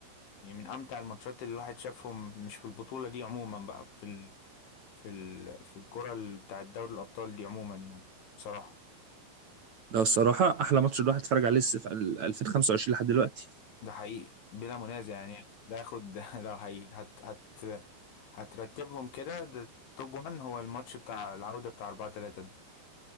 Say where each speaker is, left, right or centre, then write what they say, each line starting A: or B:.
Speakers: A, on the left (about 70°); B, on the right (about 45°).
A: يعني من أمتع الماتشات اللي الواحد شافهم مش في البطولة دي عموما بقى في ال... في ال... في الكرة ال- بتاع دوري الأبطال دي عموما يعني بصراحة
B: ده الصراحه احلى ماتش الواحد اتفرج عليه الس- في ال- 2025 لحد دلوقتي
A: ده حقيقي بلا منازع يعني ده ياخد <laughs> ده لو حقيقي هت... هت... هترتبهم كده ده توب 1 هو الماتش بتاع العودة بتاع 4 3 ده